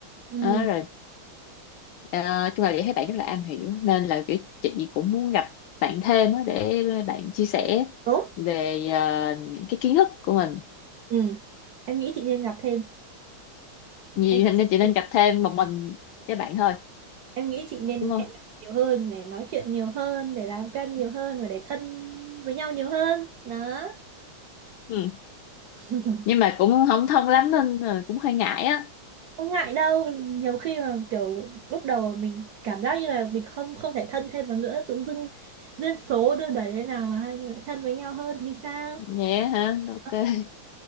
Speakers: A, on the right; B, on the left.
A: ừ
B: Đó, rồi ờ, chung là chị thấy bạn rất là am hiểu nên là kiểu chị cũng muốn gặp bạn thêm á, để bạn chia sẻ
A: đúng
B: về ờ, những cái kiến thức của mình
A: ừ em nghĩ chị nên gặp thêm
B: vì
A: em nghĩ
B: thế nên
A: chị
B: chị
A: nên,
B: nên gặp thêm một mình với bạn thôi
A: em nghĩ chị nên
B: đúng không
A: hẹn gặp nhiều hơn để nói chuyện nhiều hơn để làm quen nhiều hơn và để thân với nhau nhiều hơn đó
B: ừ.
A: <laughs>
B: nhưng mà cũng không thân lắm nên là cũng hơi ngại á
A: không ngại đâu nhiều khi mà kiểu lúc đầu mà mình cảm giác như là mình không không thể thân thêm vào nữa tự dưng duyên số đưa đẩy thế nào mà hai người lại thân với nhau hơn thì sao
B: vậy á hả ok
A: đó,
B: <laughs>